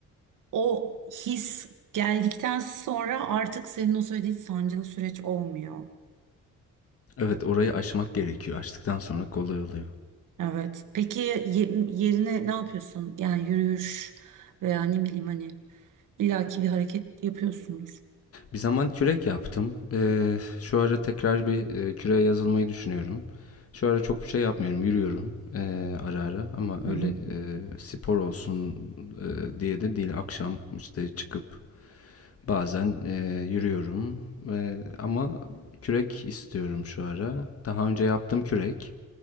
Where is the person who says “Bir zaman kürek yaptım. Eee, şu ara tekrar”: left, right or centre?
Left